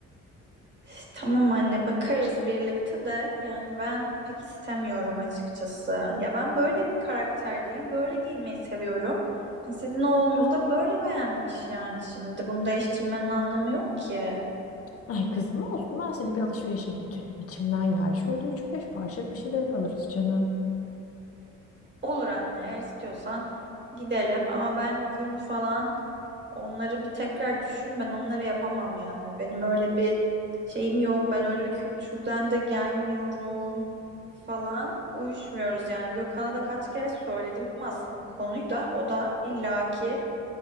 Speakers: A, on the right; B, on the left.
A: Üf, Tamam anne bakarız birlikte de yani ben pek istemiyorum açıkçası. Ya ben böyle bir karakterdeyim. Böyle giyinmeyi seviyorum. Hani Sizin oğlunuz da böyle beğenmiş yani şimdi. Bunu değiştirmenin anlamı yok ki.
B: Ay kızım olsun ben seni bir alışverişe götüreyim. İçimden geldi. Şöyle üç beş parça bir şeyler alırız canım.
A: Olur anne eğer istiyorsan gidelim ama ben gün falan onları bir tekrar düşün ben onları yapamam yani. Benim öyle bir şeyim yok ben öyle bir kültürden de gelmiyorum falan uyuşmuyoruz yani. Gökhan'a da kaç kere söyledim aslında bu konuyu da o da illaki